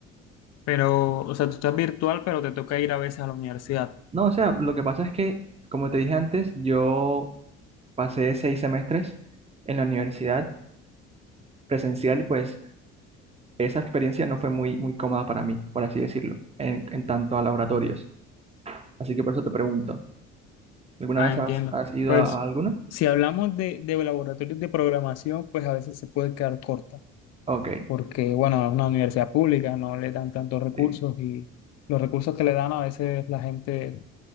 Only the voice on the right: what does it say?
No, o sea, lo que pasa es que, como te dije antes, yo pasé seis semestres en la universidad presencial y pues esa experiencia no fue muy, muy cómoda para mí, por así decirlo, en, en tanto a laboratorios. Así que por eso te pregunto, ¿alguna
vez
has, has ido
a, a alguna?
Ok,
sí.